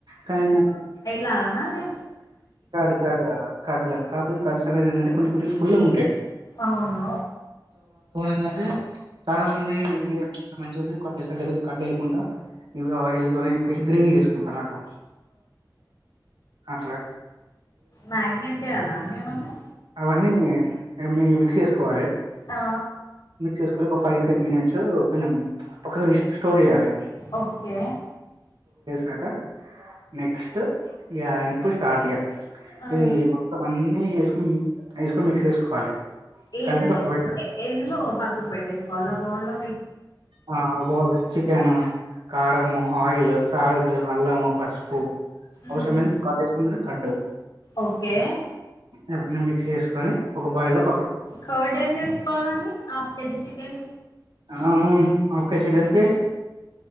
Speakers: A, on the right; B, on the left.
A: కానీ ఏంది అంటే
B: అననా లే
A: కర్డ్ కర్డ్ ఆలా కర్డ్ కాకపోతే కర్డ్స్ అనేది ఏందంటే కొన్ని కొన్ని పుల్లగ ఉంటాయి.
B: అవును
A: ఏంది అంటే చాలా మంది ఉండే మంచి ఉ కర్డ్ ఎస్తారు. లేకపోతే కర్డ్ వేయకుండా, ఇవి ఆయిల్ తోనే ఎక్కువ ఎసి గ్రేవీ చెస్ ఉంటున్నట్టు అట్లే
B: మ్యాగ్నెట్ చేయాలా అండి ఎమన్నా
A: అన్నీ మి మిక్స్ చేసుకోవాలి.
B: ఆ
A: మిక్స్ చేసుకోవాలి ఒక ఫైవ్ టు టెన్ మినిట్స్ కొంచెం పక్క స్టోర్ చేయాలె.
B: ఓకే
A: కాక నెక్స్ట్ ఇగ ఇప్పుడు స్టార్ట్ ఇగ
B: ఆ
A: ఇది మొత్తం అన్ని వేసుకొని వేసుకొని మిక్స్ చేసుకోవాలి
B: ఏదండి
A: కలిపి పక్క పెట్టాలి
B: ఎ-ఎందులో పక్కకు పెట్టేసుకోవాలి బౌల్ లో
A: ఆ ఓ బౌల్ చికన్ కారము ఆయిల్ సాల్ట్ అల్లము పస్ ప్పు అవసరం
B: మ్
A: అ మీకు కడ్ వేసుకుంట కడ్డు
B: ఓకే
A: ఇవన్నీ మీక్ చేస్కొని ఒక బైలం
B: కర్డ్ ఏం తీసుకోవాలండి హాఫ్ కేజి చికెన్
A: ఆహా ఆఫ్ కేజీ చికెన్ కి